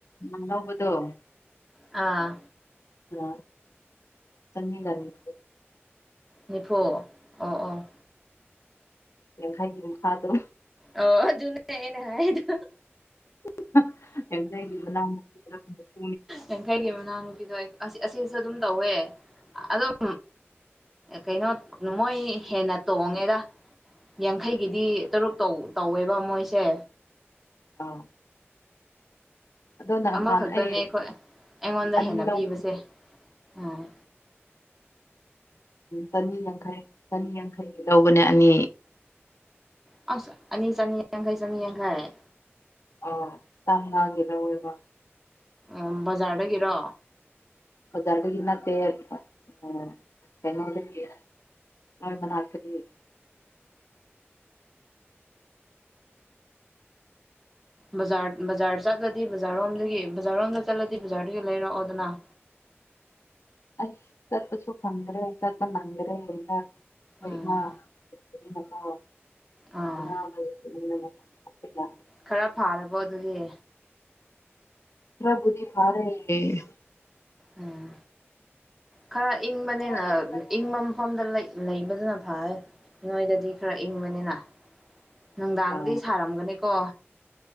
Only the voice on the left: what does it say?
ꯎꯝ ꯂꯧꯕꯗꯣ
ꯑ ꯆꯅꯤꯒꯅꯤ
ꯌꯥꯡꯈꯩꯒꯤ ꯃꯈꯥ ꯗꯣ
<unintelligible>
ꯑꯥ ꯑꯗꯣ ꯅꯍꯥꯟ
ꯑꯩ
ꯑꯅꯤ
ꯂꯧꯕꯅꯦ
ꯆꯅꯤ ꯌꯥꯡꯈꯩ ꯆꯅꯤ ꯌꯥꯡꯈꯩꯒꯤ ꯂꯧꯕꯅꯦ ꯑꯅꯤ
ꯑ ꯇꯝꯉꯥꯒꯤ ꯂꯧꯋꯕ
ꯕꯖ꯭ꯔꯗꯒꯤ ꯅꯠꯇꯦ ꯎꯝ ꯀꯩꯅꯣꯗꯒꯤ ꯅꯣꯏ ꯃꯅꯥꯛꯇꯒꯤ
ꯑꯁ ꯆꯠꯄꯁꯨ ꯐꯪꯗ꯭ꯔꯦ ꯆꯠꯄ ꯅꯪꯗ꯭ꯔꯦ ꯍꯣꯏ
ꯏꯃ ꯑꯗꯨꯅꯀꯣ
ꯑꯅꯥꯕꯅ <unintelligible>
ꯈꯔꯕꯨꯗꯤ ꯐꯥꯔꯦꯌꯦ
ꯈꯔ ꯏꯪꯕꯅꯤꯅ
ꯑ